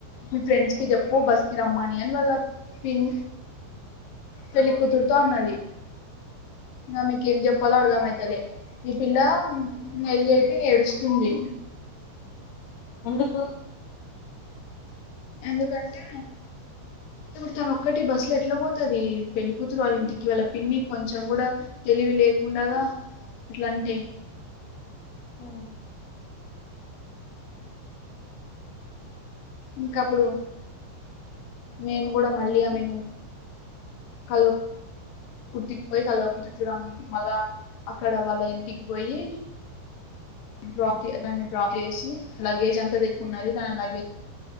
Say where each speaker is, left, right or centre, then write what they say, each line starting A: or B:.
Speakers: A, on the left; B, on the left.
A: మీ ఫ్రెండ్స్ కి చెప్పు బస్ కి రమని అని వల్ల
B: ఉమ్.
A: పిన్ పెళ్లి కూతురుతో అన్నది ఆ మీకేం చెప్పాలో అర్ధం అయితలే ఈ పిల్ల మాల్యటి ఏడుస్తుంది
B: ఎందుకు
A: ఎందుకంటే ఇప్పుడు తన ఒక్కటి బస్సు లో ఎట్లా పోతుది పెళ్ళి కూతురు వాళ్ళ ఇంటికి వాళ్ళ పిన్ని కొంచెం కూడా తెలివి లేకుండగా ఇట్లాంటే
B: హమ్
A: ఇంకప్పుడు మేము కూడా మళ్ళీ ఆమెను కల్వామ్ కుర్తికిపోయి కలవము చూడం మళ్ళ అక్కడ వాళ్ళ ఇంటికి పోయి డ్రాప్ చే ఆన్ డ్రాప్ చేసి లగేజ్ అంత తెచ్ కునది దన్ లగేజ్